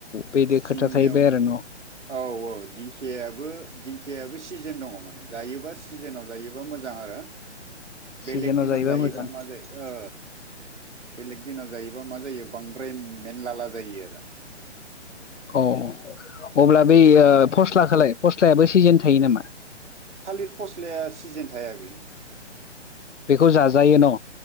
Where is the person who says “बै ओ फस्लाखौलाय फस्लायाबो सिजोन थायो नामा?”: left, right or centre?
Left